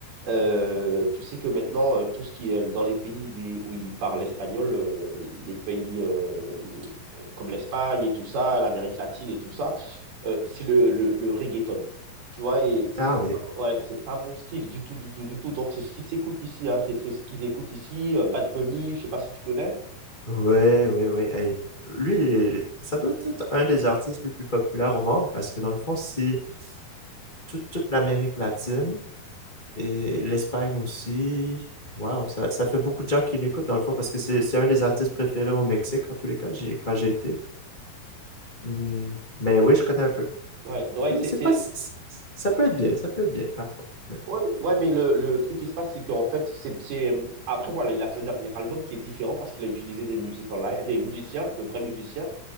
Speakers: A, on the right; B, on the left.
A: Euh, tu sais que maintenant, euh, tout ce qui est euh, dans les pays où ils parlent espagnol, euh, les pays euh, comme l'Espagne et tout ça, l'Amérique latine et tout ça, euh, c'est le, le, le reggaeton. Tu vois, et c'est
B: Ah oui.
A: pas, ouais, c'est pas mon style du tout, du tout, du tout. Donc, c'est ce qui s'écoute ici, hein. C'est c'est ce qu'ils écoutent ici, euh, Bad Bunny, je sais pas si tu connais.
B: Ouais, ouais, ouais. Hey, lui, il est- ça doit être un des artistes les plus populaires au monde parce que dans le fond, si tout- toute l'Amérique latine et l'Espagne aussi, waouh, ça, ça fait beaucoup de gens qui l'écoutent dans le fond parce que c'est c'est un des artistes préférés au Mexique en tous les cas, j'ai, quand j'ai été. Hmm, Mais oui, je connais un peu.
A: Ouais, ouais,
B: Et
A: c'est,
B: C'est
A: c'est,
B: pas, si- si- ça peut être bien, ça peut être bien parfois. mais
A: Ouais, ouais, mais le, le truc qui se passe, c'est qu'en fait, c'est, c'est... Après, voilà, il a fait un dernier album qui est différent parce qu'il a utilisé des musiques en live, des musiciens, de vrais musiciens.